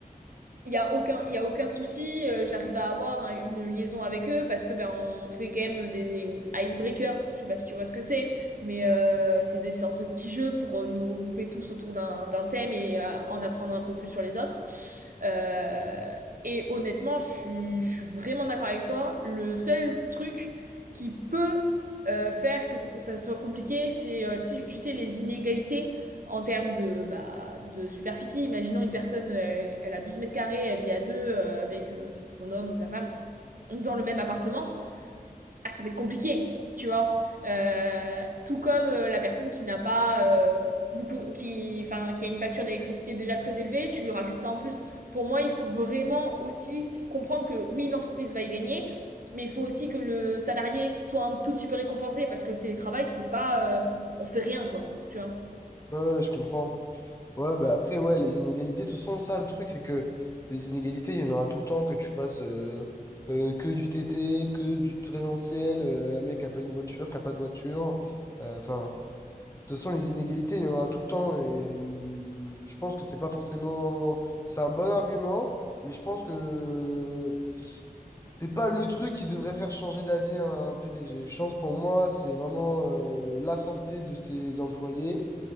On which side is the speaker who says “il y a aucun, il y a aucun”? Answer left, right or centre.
Right